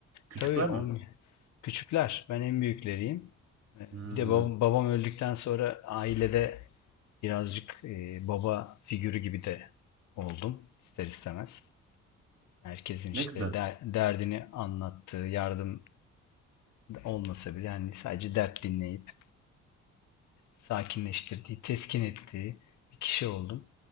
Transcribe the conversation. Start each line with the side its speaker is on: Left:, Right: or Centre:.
Right: Küçükler
Left: Tabii 11.
Right: mi?
Left: Küçükler. Ben en büyükleriyim. E,
Right: Hmm,
Left: Bir de babam, babam öldükten sonra ailede Birazcık e, baba figürü gibi de oldum ister istemez. Herkesin
Right: ne
Left: işte
Right: güzel.
Left: der- derdini anlattığı, yardım olmasa bile yani sadece dert dinleyip sakinleştirdiği, teskin ettiği bir kişi oldum.